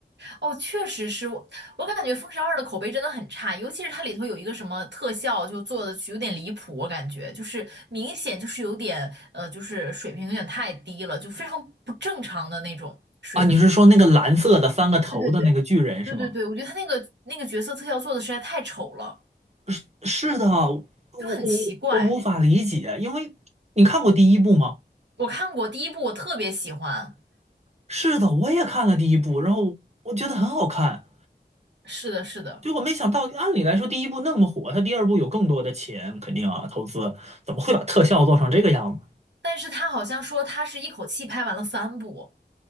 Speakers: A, on the right (about 85°); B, on the right (about 40°).
A: 哦，确实是我，我感觉《封神二》的口碑真的很差，尤其是它里头有一个什么特效，就做的有点离谱，我感觉就是明显就是有点呃，就是水平有点太低了，就非常不正常的那种水平。
B: 啊！你是说那个蓝色的三个头的那个巨人是吗？
A: 对对对，对对对，我觉得他那个那个角色特效做的实在太丑了，
B: 是是的，我我
A: 就很奇怪。
B: 我无法理解，因为你看过第一部吗？
A: 我看过第一部，我特别喜欢。
B: 是的，我也看了第一部，然后我觉得很好看，
A: 是的，是的，
B: 结果没想到，按理来说第一部那么火，他第二部有更多的钱，肯定啊投资，怎么会把特效做成这个样子？
A: 但是他好像说他是一口气拍完了三部，